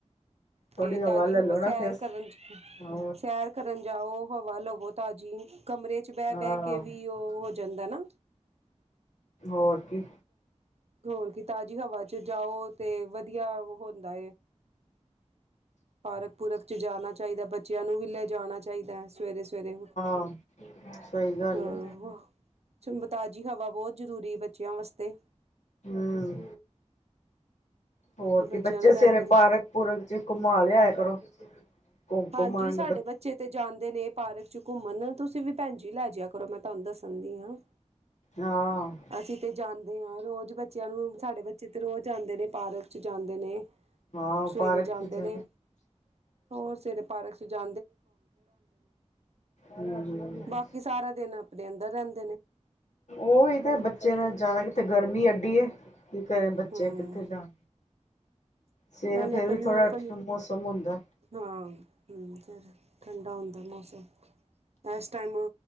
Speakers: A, on the left (about 85°); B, on the right (about 60°).
A: ਥੋੜ੍ਹੀ
B: ਤੇ ਤਾਜ਼ੀ
A: ਲੈ
B: ਹਵਾ
A: ਲੋ
B: ਸੈਰ
A: ਨਾ ਫਿਰ
B: ਕਰਨ ਚ
A: ਹੋਰ
B: ਸੈਰ ਕਰਨ ਜਾਓ। ਹਵਾ ਲਵੋ ਤਾਜ਼ੀ ਕਮਰੇ ਚ ਬਹਿ
A: ਹਾਂ
B: ਬਹਿ ਕੇ ਵੀ ਉਹ ਹੋ ਜਾਂਦਾ ਨਾ।
A: ਹੋਰ ਕੀ,
B: ਹੋਰ ਕੀ ਤਾਜ਼ੀ ਹਵਾ ਚ ਜਾਓ ਤੇ ਵਧੀਆ ਹੁੰਦਾ। ਪਾਰਕ ਪੂਰਕ ਚ ਜਾਣਾ ਚਾਹੀਦਾ ਬੱਚਿਆਂ ਨੂੰ ਵੀ ਲੈ ਜਾਣਾ ਚਾਹੀਦਾ ਸਵੇਰੇ ਸਵੇਰੇ।
A: ਹਾਂ। ਸਹੀ ਗੱਲ
B: ਹਾਂ,
A: ਏ,
B: ਤਾਜ਼ੀ ਹਵਾ ਬਹੁਤ ਜ਼ਰੂਰੀ ਬੱਚਿਆਂ ਵਾਸਤੇ।
A: ਹੂੰ ਹੋਰ
B: ਬੱਚਿਆਂ
A: ਕੀ ਬੱਚੇ
B: ਨੂੰ ਲੈ
A: ਸਵੇਰੇ
B: ਕੇ
A: ਪਾਰਕ ਪੂਰਕ ਚ ਘੁਮਾ ਲਿਆਇ ਕਰੋ। ਘੁੰਮ
B: ਹਾਂਜੀ
A: ਘੁੰਮ ਆਣਗੇ
B: ਸਾਡੇ ਬੱਚੇ ਤੇ ਜਾਂਦੇ ਨੇ ਪਾਰਕ ਚ ਘੁੰਮਣ ਤੁਸੀਂ ਵੀ ਭੈਣ ਜੀ ਲੈ ਜਿਆ ਕਰੋ ਮੈਂ ਤੁਹਾਨੂੰ ਦੱਸਣ ਦੀ ਹਾਂ,
A: ਹਾਂ
B: ਅਸੀਂ ਤੇ ਜਾਂਦੇ ਹਾਂ। ਰੋਜ਼ ਬੱਚਿਆਂ ਨੂੰ ਸਾਡੇ ਬੱਚੇ ਤੇ ਰੋਜ਼ ਆਉਂਦੇ ਨੇ ਪਾਰਕ ਚ ਜਾਂਦੇ ਨੇ।
A: ਹਾਂ
B: ਸਵੇਰੇ
A: ਪਾਰਕ
B: ਜਾਂਦੇ
A: ਚ ਜਾਣਾ
B: ਨੇ, ਹੋਰ ਸਵੇਰੇ ਪਾਰਕ ਚ ਜਾਂ
A: ਹੂੰ ਹੂੰ
B: ਆਪਣੇ ਅੰਦਰ ਰ
A: ਉਹੀ ਤੇ ਬੱਚੇ ਨੇ ਜਾਣਾ ਕਿੱਥੇ ਗਰਮੀ ਐਡੀ ਆ। ਕੀ ਕਰੇ ਬੱਚੇ
B: ਹਾਂ
A: ਕਿੱਥੇ ਜਾਣ। ਸਵੇਰੇ
B: ਨਾਲੇ
A: ਫੇਰ
B: <unintelligible>
A: ਵੀ ਥੋੜਾ
B: ਹਾਂ,
A: ਮੌਸਮ ਹੁੰਦਾ।
B: ਹੂੰ, ਫਿਰ ਠੰਡਾ ਹੁੰਦਾ ਮੌਸਮ ਇਸ ਟਾਈਮ